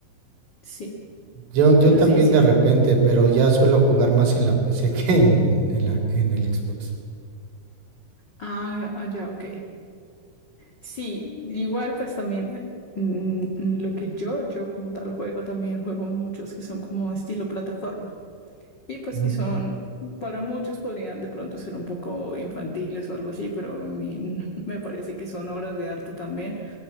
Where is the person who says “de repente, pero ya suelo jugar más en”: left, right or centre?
Right